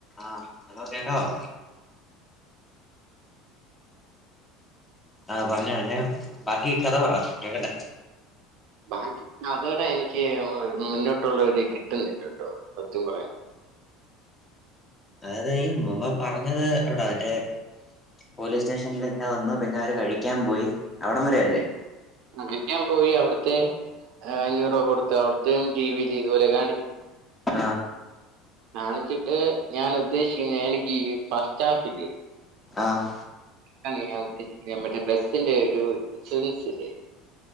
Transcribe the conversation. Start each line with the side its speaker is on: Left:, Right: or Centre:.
Left: ആഹ് hello കേക്കാവോ ആഹ് പറഞ്ഞോ ഇഞ് ബാക്കി കഥ പറ കേക്കട്ടെ
Right: ബാക്കി കഥടെ എനിക്ക് മുന്നോട്ടുള്ളര് കിട്ടുന്നില്ല കേട്ടോ സത്യം പറയാൻ
Left: അതെയ് മുമ്പ പറഞ്ഞത് എവിടാ മറ്റേ പോലീസ് സ്റ്റേഷനിൽ ഇങ്ങനെ വന്ന് പിന്നെ അവര് കഴിക്കാൻ പോയി അവിടം വരെ അല്ലേ
Right: അ കഴിക്ക്യാൻ പോയി അവിടത്തെ അഞ്ഞൂറ് രൂപ കൊടുത്തു അവിടത്തെം ടി വില് ഇതുപോലെ കാണിക്കുള്ളു
Left: ആഹ്
Right: കാണിച്ചിട്ട് ഞാൻ ഉദ്ദേശിക്കുന്ന എനിക്ക് ഈ ഫസ്റ്റ് ഹാഫ് ഇല്ലേ
Left: ആഹ്
Right: <unintelligible> ഞാൻ ഉദ്ദേശിക്കാൻ മറ്റേ ബ്ലസിന്റെ ഒരു ഇൻഷുറൻല്ലേ